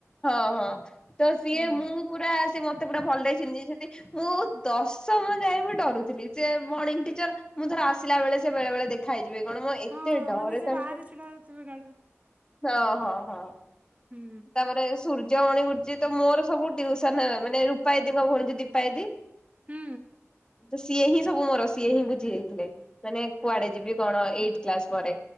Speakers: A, on the left (about 15°); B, on the right (about 30°).
A: ହଁ ହଁ ତ ସିଏ
B: ହୁଁ।
A: ମୁଁ ପୁରା ସିଏ ମତେ ପୁରା ଭଲରେ ଚିହ୍ନି ଯା ଚନ୍ତି ସେଠି ମୁଁ ଦଶମ ଯାଇଏ ମୁଁ ଡରୁଥିଲି। ସେ ମର୍ଣିଂ ଟିଚର ମୁଁ ଥର ଆସିଲା ବେଳେ ସେ ବେଳେ ବେଳେ ଦେଖ ଖାଇଯିବେ କଣ ମୁଁ ଏତେ
B: ହଁ
A: ଡରେ
B: ମାନେ ସେ
A: ତାଙ୍କୁ
B: ବାହାରେ ଛିଡା ହଉଥିବେ କାଳେ।
A: ହଁ ହଁ ହଁ।
B: ହୁଁ
A: ତାପରେ ସୂର୍ଯ୍ୟମଣି ଗୁରୁଜୀ ତ ମୋର ସବୁ ଟ୍ୟୁସନ ମାନେ ରୂପାଦିଦି ଙ୍କ ଭଉଣି ଯଉ ଦୀପା ଦିଦି
B: ହୁଁ।
A: ତ ସିଏ ହିଁ ସବୁ ମୋର ସିଏ ହିଁ ବୁଝି ଯାଇଥିଲେ, ମାନେ କୁଆଡେ ଯିବି କଣ ଏଇଟତ କ୍ଲାସ ପରେ।